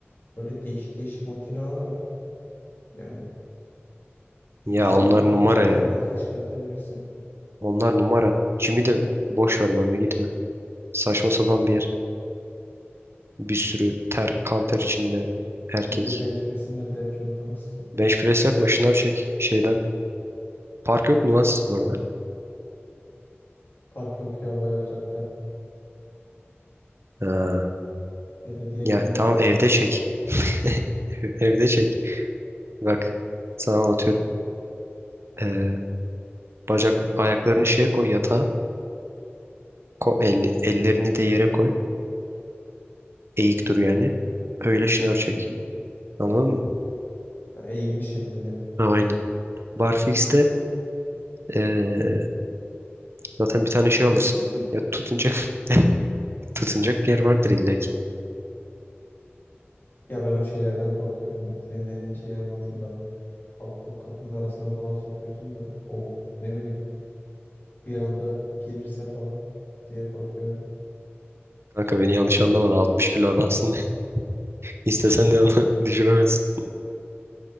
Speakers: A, on the left; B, on the right.
A: böyle değişik değişik makineler var. Yani
B: ya
A: zibilyon
B: onlar numara
A: tane şey
B: ya.
A: hareket çıkartabilirsin.
B: Onlar numara. Jimmy de boş ver bu arada gitme. Saçma sapan bir yer. Bir sürü ter, kan ter içinde erkek.
A: İyi de bench press'i nerede yapacaksın o zaman? <laughs>
B: Bench press yapma şınav çek şeyden. Park yok mu lan sizin orada?
A: Park yok ya baya uzakta.
B: Ha.
A: Belediye
B: Ya
A: gelmedi
B: tamam
A: daha
B: evde
A: buraya.
B: çek. <laughs> Ev- Evde çek. Bak sana anlatıyorum. Ee, Bacak ayaklarını şeye koy yatağa. Ko
A: Hı hı
B: el, ellerini de yere koy. Eğik dur yani. Öyle şınav çek.
A: hı hı.
B: Anladın mı?
A: Ya eğimli şekilde.
B: Ha, aynen. Barfix'te eee, zaten bir tane şey
A: <laughs>
B: alırsın. Ya tutunacak <laughs> tutunacak bir yer vardır illa ki.
A: Ya ben o şeylerden korkuyorum ya. Senin dediğin şeyi anladım da. Abi bu kapının arasına falan sokuyorsun da o ne bileyim bir anda gelirse falan diye korkuyorum.
B: Kanka beni yanlış anlamadı. altmış kilo adamsın. <laughs> İstesen
A: <laughs>
B: de onu <laughs> düşüremezsin.